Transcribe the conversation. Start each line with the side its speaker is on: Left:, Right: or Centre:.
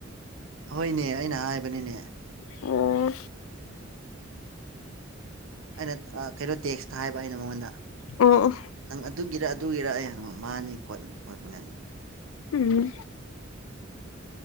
Right: ꯍꯣꯏꯅꯦ ꯑꯩꯅ ꯍꯥꯏꯕꯅꯤꯅꯦ
Left: ꯑꯣ
Right: ꯑꯩꯅ ꯀꯩꯅꯣ ꯇꯦꯛꯁꯇ ꯍꯥꯏꯕ ꯑꯩꯅ ꯃꯉꯣꯟꯗ
Left: ꯑꯣ ꯑꯣ
Right: ꯅꯪ ꯑꯗꯨꯒꯤꯔ ꯑꯗꯨꯒꯤꯔ ꯑꯩ ꯍꯪꯕ ꯃꯥꯅꯤ ꯈꯣꯠ ꯈꯣꯠꯄꯅꯦ
Left: ꯎꯝ